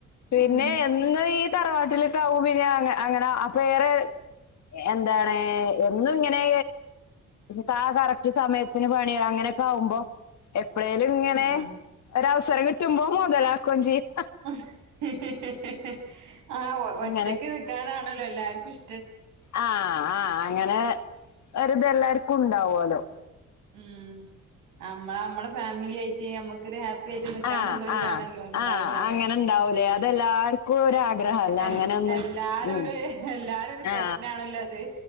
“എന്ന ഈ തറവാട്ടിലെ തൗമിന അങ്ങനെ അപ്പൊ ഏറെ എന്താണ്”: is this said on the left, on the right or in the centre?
Left